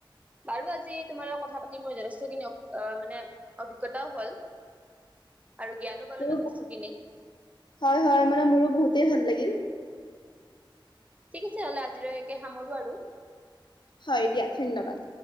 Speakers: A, on the right; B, on the left.
A: বাৰু আজি তোমাৰ লগত কথা পাতি মোৰ যথেষ্টখিনি অ', মানে অভিজ্ঞতাও হ'ল। আৰু জ্ঞানো পালো
B: মোৰো-
A: যথেষ্ট খিনি।
B: হয়, হয়, মানে মোৰো বহুতেই ভাল লাগিল।
A: ঠিক আছে হ'লে আজিলৈকে সামৰো আৰু।
B: হয়, দিয়া ধন্যবাদ।